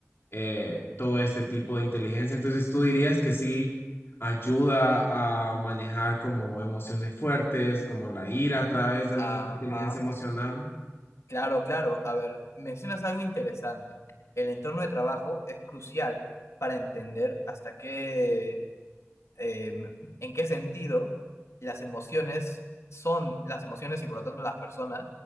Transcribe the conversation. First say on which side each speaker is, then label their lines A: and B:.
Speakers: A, on the left; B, on the left.
A: eh, todo este tipo de inteligencia. Entonces, tú dirías que sí ayuda a manejar como emociones fuertes, como la ira a través de
B: ajá,
A: la inteligencia emocional.
B: claro, claro. A ver, mencionas algo interesante. El entorno de trabajo es crucial para entender hasta qué eh, en qué sentido las emociones son las emociones y por lo tanto las personas